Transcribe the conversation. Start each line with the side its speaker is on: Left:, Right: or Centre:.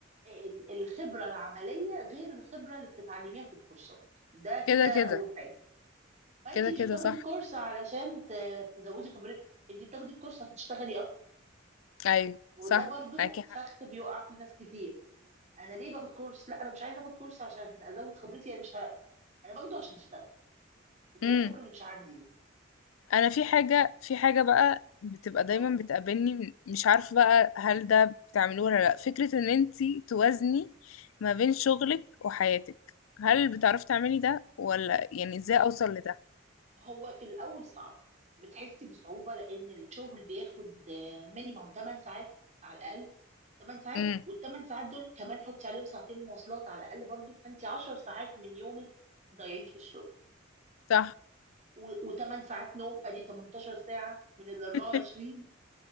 Right: آه، ال- الخبره العمليه غير الخبره اللي بتتعلميها في الكورسات ده كده
Left: كده كده
Right: اول حاجه فانت
Left: كده
Right: مش
Left: كده
Right: بتاخدي
Left: صح
Right: الكورس
Left: معاكي
Right: علشان
Left: حق
Right: ت- تزودي خبرتك انت بتاخدي الكورس عشان تشتغلي اصلا.
Left: ايوه
Right: وده
Left: صح
Right: برضو
Left: معاكي حق
Right: فخ بيقع فيه ناس كتير انا ليه باخد كورس لا انا مش عايزه اخد كورس عشان ازود خبرتي انا مش ه... انا باخده عشان اشتغل اللي
Left: مم.
Right: هي الخبره اللي مش عندي دي
Left: انا في حاجه في حاجه بقى بتبقى دايما
Right: اه
Left: بتقابلني مش عارفه بقى هل ده بتعملوه ولا لا فكره ان انتي توازني ما بين شغلك وحياتك هل بتعرفي تعملي ده ولا يعني ازاي اوصل لده
Right: هو في الاول صعب بتحسي بصعوبه لان الشغل بياخد مينيمم 8 ساعات على الاقل 8 ساعات
Left: امم
Right: والثمان ساعات دول كمان حطي عليهم ساعتين مواصلات على الاقل برضو فانت 10 ساعات من يومك ضايعين في الشغل
Left: صح
Right: و8 ساعات نوم ادي 18 ساعه من ال 24
Left: <laughs>